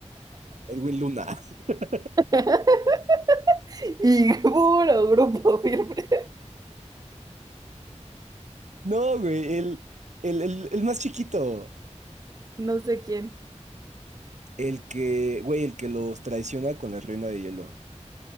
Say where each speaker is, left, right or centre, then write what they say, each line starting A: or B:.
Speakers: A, on the right (about 75°); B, on the right (about 30°).
A: Edwin Luna? <laughs>
B: <laughs> Y puro grupo <laughs> firme.
A: No, güey, el, el, el, el más chiquito,
B: No sé quién.
A: el que, güey, el que los traiciona con la reina de hielo.